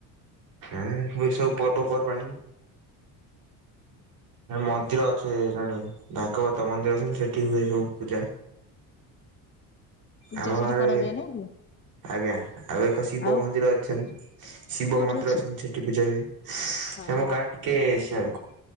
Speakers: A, on the right; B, on the left.
A: ହଁ ହୁଏ ସବୁ ପର୍ବପର୍ବାଣି ମନ୍ଦିର ଅଛ ଜଣେ ଭାଗବତ ମନ୍ଦିର ଅଛନ୍ତି ସେଠି ହୁଏ ସବୁ ପୂଜା।
B: ପୂଜା
A: ଆମ
B: ସେଠି
A: ଗାଁରେ
B: କରାଯାଏ ନାଇଁ କି?
A: ଆଜ୍ଞା ଆଉ ଏକ ଶିବ
B: ଆଉ
A: ମନ୍ଦିର ଅଛନ୍ତି ଶିବ
B: କୋଉଠି
A: ମନ୍ଦିର
B: ଅଛି?
A: ଅଛନ୍ତି ସେଠି ପୂଜା ହୁଏ ସେ
B: ହଁ
A: ଆମ
B: ହଁ
A: ଗାଁ ଟିକେ ସିଆଡକୁ